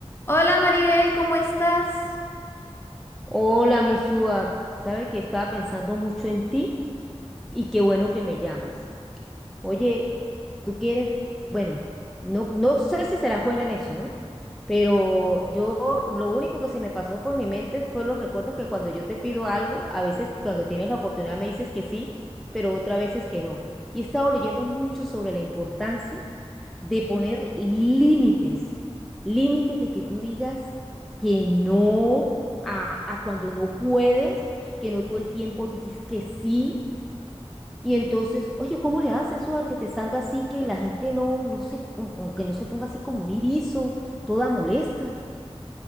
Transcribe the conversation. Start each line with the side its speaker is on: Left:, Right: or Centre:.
Left: Hola Maribel, ¿cómo estás?
Centre: Hola, mi Suar. Sabe que estaba pensando mucho en ti y qué bueno que me llamas. Oye, tú quieres, bueno, no, no sé si serás buena en eso, ¿no? Pero yo lo único que se me pasó por mi mente fue los recuerdos que cuando yo te pido algo, a veces cuando tienes la oportunidad me dices que sí, pero otras veces que no. Y he estado leyendo mucho sobre la importancia de poner límites, límites de que tú digas que no a, a cuando no puedes, que no todo el tiempo dices que sí y entonces, oye, ¿cómo le haces, Suar, que te salga así, que la gente no, no se, como, como que no se ponga así como un irizo, toda molesta?